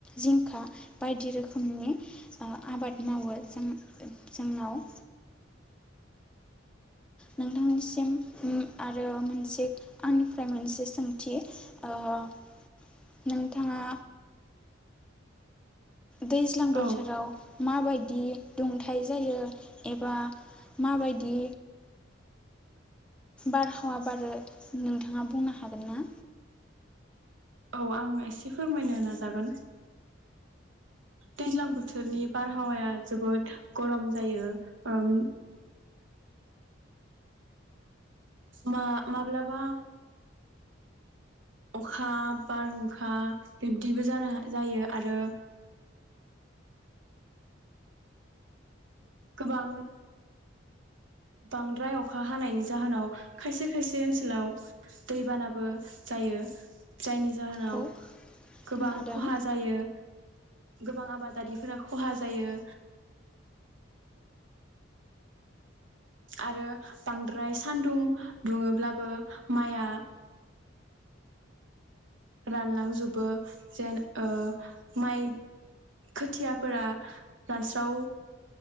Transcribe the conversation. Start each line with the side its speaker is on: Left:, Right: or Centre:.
Centre: जिंखा बायदि रोखोमनि ओ आबाद मावो जों जोंनाव नोंथांनिसिम म आरो मोनसे आंनिफ्राय मोनसे सोंथि ओम नोंथाङा दैज्लां बोथोराव
Right: औ
Centre: माबायदि दुंथाय जायो एबा माबायदि बारहावा बारो नोंथाङा बुंनो हागोन ना?
Right: औ आं एसे फोरमायनो नाजागोन दैज्लां बोथोरनि बारहावाया जोबोद गरम जायो, ओं मा माब्लाबा अखा बारहुंखा बिब्दिबो जानो जायो आरो गोबां बांद्राय अखा हानायनि जाहोनाव खायसे खायसे ओनसोलाव दैबानाबो जायो जायनि जाहोनाव
Centre: औ
Right: गोबां
Centre: खोनादों
Right: खहा जायो। गोबां आबादारिफोरा खहा जायो। आरो बांद्राय सानदुं दुङोब्लाबो माइआ रानलांजोबो जेन ओ माइ खोथियाफोरा रानस्राव